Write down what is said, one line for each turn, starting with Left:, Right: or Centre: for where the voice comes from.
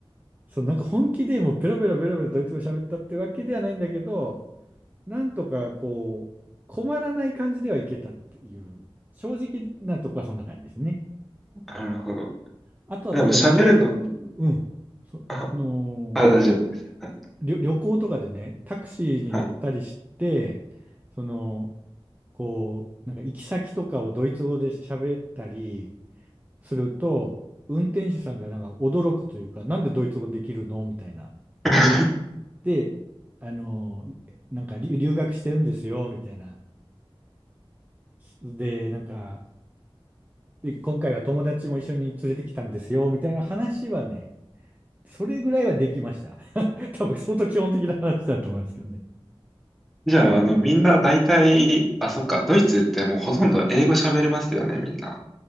Right: そう、なんか本気でもうベラベラベラベラドイツ語喋ったってわけではないんだけど、なんとかこう、困らない感じではいけたっていう、正直なとこはそんな感じですね。
Centre: なるほど。
Right: あとはただ余裕、
Centre: でも喋るの、
Right: うん、その、
Centre: あ、あ、大丈夫です。はい。
Right: 旅、旅行とかでね、タクシーに乗ったりして、
Centre: はい。
Right: その、こう、なんか行き先とかをドイツ語で喋ったり、すると、運転手さんがなんか驚くというか、なんでドイツ語できるのみたいな。
Centre: <laughs>
Right: で、あの、なんか留留学してるんですよ、みたいな。で、なんか、で、今回は友達も一緒に連れてきたんですよ、みたいな話はね、それぐらいはできました。<laughs> 多分相当基本的な話だと思いますけどね。
Centre: じゃあ、あの、みんな大体、あ、そっか、ドイツってもうほとんど英語喋れますよね、みんな。